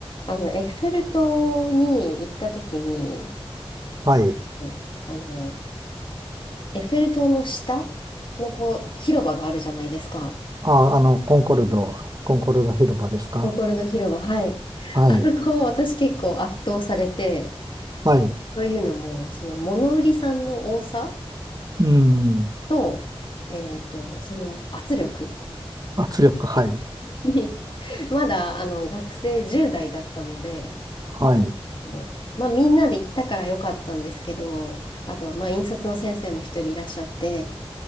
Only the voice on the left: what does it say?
あの、エッフェル塔に行った時に、
うんあの、エッフェル塔の下のこう、広場があるじゃないですか。
コンコルド広場、はい。
あそこ、私結構圧倒されて、
というのも、その物売りさんの多さ
と、えっと、その圧力
に、<laughs> まだあの学生10代だったので、
あのまあみんなで行ったから良かったんですけど、あと、まあ引率の先生も一人いらっしゃって、